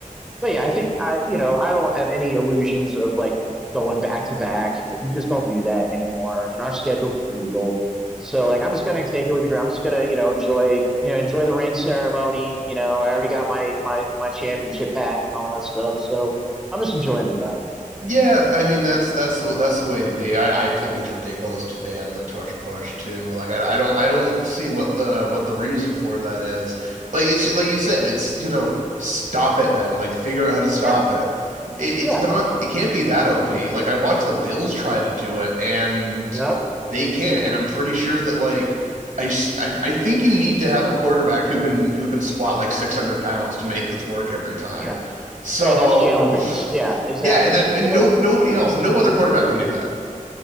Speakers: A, in the centre; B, on the right (about 65°).
A: but yeah, I think I, you know, I don't have any illusions of like going back to back. Like you just don't do that anymore. And our schedule's brutal. So like I'm just gonna take it with the ground. I'm just gonna, you know, enjoy, you know, enjoy the ring ceremony. You know, I already got my my my championship hat and all that stuff. So I'm just enjoying the ride, man.
B: Yeah, I mean that's that's the that's the way to be. I I think it's ridiculous to ban the tush push too. Like I, I don't I don't see what the what the reason for that is. Like it's like you said, it's you know stop it then. Like figure out how to stop
A: Yeah,
B: it. It it's
A: yeah,
B: not it can't be that OP. Like I watched the Bills try to do it and
A: yeah,
B: they can't. And I'm pretty sure that like I, s- I I think you need to have a quarterback who can who can squat like 600 pounds to make this work every time.
A: yeah.
B: So.
A: And that's Jalen Hurts.
B: <laughs>
A: Yeah, exactly.
B: Yeah, and that and
A: And
B: no
A: then
B: nobody else, no other quarterback can do that.